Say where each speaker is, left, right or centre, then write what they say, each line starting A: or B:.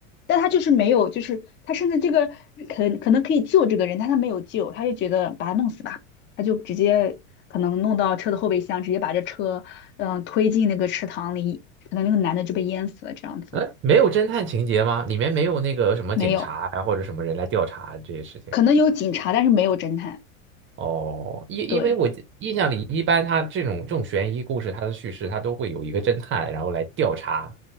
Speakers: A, on the left; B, on the right.
A: 但他就是没有，就是他甚至这个可可能可以救这个人，但他没有救，他就觉得把他弄死吧，他就直接可能弄到车的后备箱，直接把这车嗯、呃推进那个池塘里，可能那个男的就被淹死了这样子，
B: 嗯，没有侦探情节吗？里面没有那个什么警察啊，
A: 没有，
B: 或者什么人来调查这些事情。
A: 可能有警察，但是没有侦探，
B: 哦，因因为我记印象里，
A: 对，
B: 一般他这种这种悬疑故事，它的叙事它都会有一个侦探，然后来调查